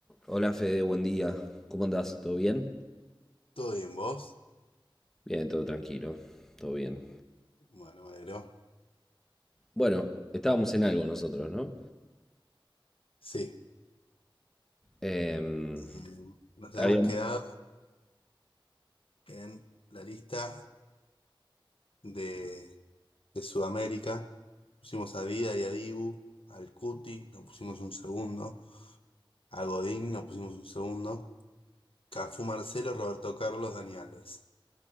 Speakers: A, in the centre; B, on the left.
A: Hola Fede, buen día. ¿Cómo andás? ¿Todo bien?
B: ¿Todo bien vos?
A: Bien, todo tranquilo, todo bien.
B: Bueno, me alegro.
A: Bueno, estábamos en algo nosotros, ¿no?
B: Sí,
A: Em,
B: eh, nos hemos
A: habíamos...
B: quedado en la lista de, de Sudamérica. Pusimos a Dida y a Dibu, al Cuti, nos pusimos un segundo, a Godín, nos pusimos un segundo, Cafú Marcelo, Roberto Carlos, Dani Alves.